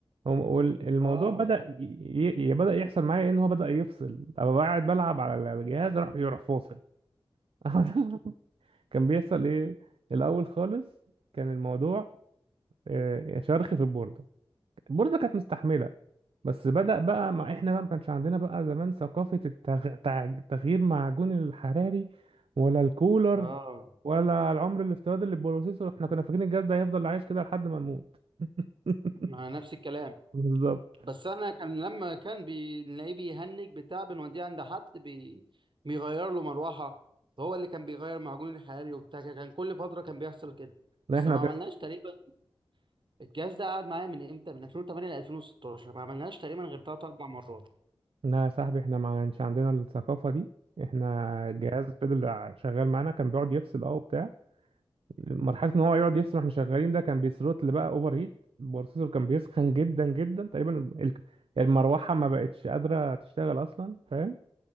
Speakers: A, on the right; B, on the right.
A: هو- والموضوع
B: اه
A: بدأ
B: <laughs>
A: ي... ي... بدأ يحصل معايا ايه، ان هو بدأ يفصل ابقى قاعد بلعب على الجهاز اروح يروح فاصل <laughs> كان بيحصل ايه الاول خالص كان الموضوع آه، شرخ في البوردة البورصه كانت مستحمله بس بدأ بقى مع احنا بقى ما كانش عندنا بقى زمان ثقافه التغ... تع- تغيير معجون الحراري ولا الكولر
B: اه
A: ولا العمر الافتراضي للبروسيسور احنا كنا فاكرين الجهاز ده هيفضل عايش كده لحد ما نموت <laughs>
B: مع نفس الكلام
A: بالظبط
B: بس انا كان لما كان بنلاقيه بيهنج بتاع بنوديه عند حد بي... بيغير له مروحه هو اللي كان بيغير معجون الحراري وبتاع كده. كان كل فتره كان بيحصل كده
A: لا
B: بس
A: احنا
B: ما
A: كده
B: عملناش تقريبا الجهاز ده قعد معايا من امتى من 2008 ل 2016 ما عملناش تقريبا غير ثلاث اربع مرات
A: لا يا صاحبي احنا ما كانش عندنا الثقافه دي احنا الجهاز فضل شغال معانا كان بيقعد يفصل اه وبتاع مرحله ان هو يقعد يفصل واحنا شغالين ده كان بيثروتل بقى اوفر هيت البروسيسور كان بيسخن جدا جدا تقريبا ال- المروحه ما بقتش قادره تشتغل اصلا فاهم